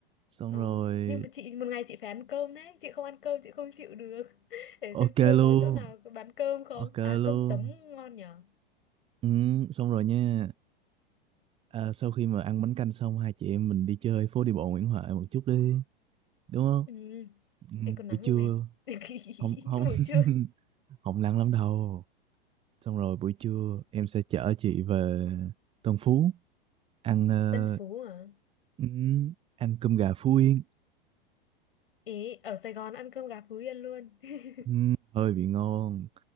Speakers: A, on the right; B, on the left.
A: xong
B: ừ.
A: rồi
B: nhưng mà chị một ngày chị phải ăn cơm đấy chị không ăn cơm chị không chịu được <laughs> để xem
A: ok
B: trưa
A: luôn
B: có chỗ nào có bán cơm không
A: ok
B: à
A: luôn
B: cơm tấm ngon nhở
A: ừ, xong rồi nha à, sau khi mà ăn bánh canh xong hai chị em mình đi chơi phố đi bộ Nguyễn Huệ một chút đi đúng không
B: ừ
A: ừ,
B: Ê, còn nắng
A: buổi trưa
B: không em <laughs>
A: không không
B: buổi
A: <laughs>
B: trưa
A: không nắng lắm đâu xong rồi buổi trưa em sẽ chở chị về Tân Phú ăn ờ,
B: Tân Phú à
A: ừm, ăn cơm gà Phú Yên
B: ý ở Sài Gòn ăn cơm gà Phú Yên luôn <laughs>
A: Ừm, hơi bị ngon